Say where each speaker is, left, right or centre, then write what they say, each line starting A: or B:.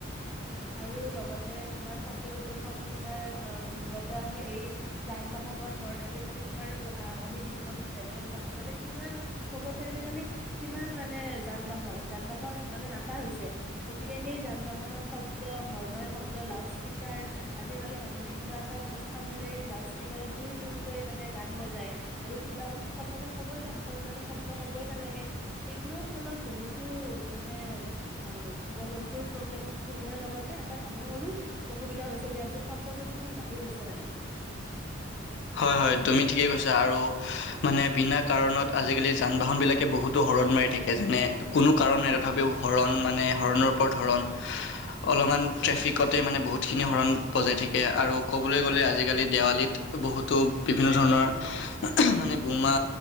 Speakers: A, in the centre; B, on the left.
A: আৰু লগতে তোমাৰ শব্দ প্ৰদূষণ তোমাৰ মূলত আহে এই যান বাহনৰ হৰ্ণ আজিকালি তোমাৰ আমি যিখন ৰাজ্যত থাকো তাতে কিমান চবতে আজিকালি কিমান মানে যান বাহন যান বাহন মানে নাটা হৈছে। গতিকে সেই যান বাহনৰ শব্দ, হৰ্ণৰ শব্দ লাউড স্পীকাৰ আজিকালি মানুহে কিবা এটা অনুষ্ঠান হলেই লাউড স্পীকাৰত জোৰ জোৰকৈ মানে গান বজায়। আৰু কিবা উৎসৱত ক'বই নালাগে আতচ বাজিৰ শব্দ ক'বই নালাগে এইবোৰৰ ফলত বহুতো মানে উম জীৱ জন্তুৰ প্ৰব্লেমো অসুবিধাৰ লগতে আমাৰ মানুহৰো অসুবিধা হৈছে দিয়াচোন শব্দ প্ৰদূষণ বাঢ়ি গৈছে মানে।
B: হয় হয় তুমি ঠিকেই কৈছা, আৰু মানে বিনা কাৰণত আজিকালি যান বাহন বিলাকে বহুতো হৰ্ণ মাৰি থাকে যেনে কোনো কাৰণ নাই তথাপিও
A: উম
B: হৰণ মানে হৰণৰ ওপৰত হৰণ। অলপমান
A: উম
B: ট্ৰেফিকতে
A: উম
B: মানে বহুত বহুতখিনি হৰণ বজাই থাকে আৰু ক'বলৈ গ'লে আজিকালি দেৱালীত বহুতো বিভিন্ন ধৰণৰ মানে বোমা